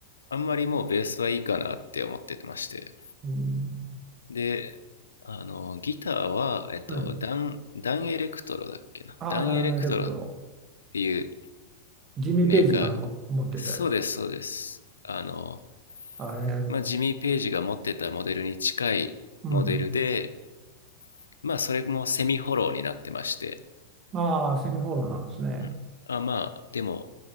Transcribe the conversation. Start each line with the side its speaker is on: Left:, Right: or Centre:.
Left: あんまりもうベースはいいかなって思ってまして。
Right: うん、
Left: で、あの、ギターは、えっと、
Right: はい。
Left: ダン、ダンエレクトロだっけな。
Right: アーダンエレクトロ。
Left: ダンエレクトロっていう
Right: ジミー・
Left: メーカー、
Right: ペイジがも持ってたやつ。
Left: そうです、そうです。あの、
Right: あれ、
Left: まあ、ジミー・ペイジが持ってたモデルに近いモデルで、
Right: うん。
Left: まあ、それもセミフォローになってまして、
Right: ああ、セミホールなんですね。
Left: うん。あ、まあ、でも、